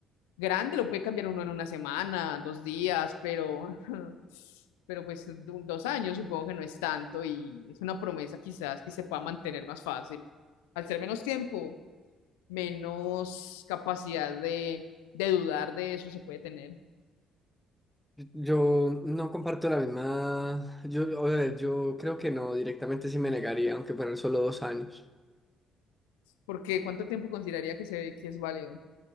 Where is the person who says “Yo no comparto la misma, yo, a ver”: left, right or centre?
Centre